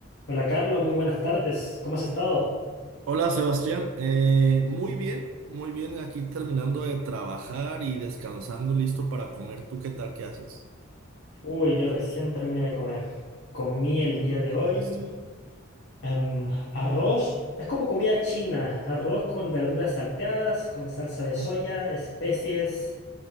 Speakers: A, on the left (about 65°); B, on the right (about 80°).
A: Hola Carlos, muy buenas tardes. ¿Cómo has estado?
B: Hola Sebastián, Eh, muy bien, muy bien, aquí terminando de trabajar y descansando, listo para comer. ¿Tú qué tal? ¿Qué haces?
A: Uy, yo recién terminé de comer. Comí
B: ¿Qué,
A: el día de
B: qué
A: hoy
B: comiste?
A: em, arroz. Es como comida china. Arroz con verduras salteadas, con salsa de soya,
B: Mm.
A: especies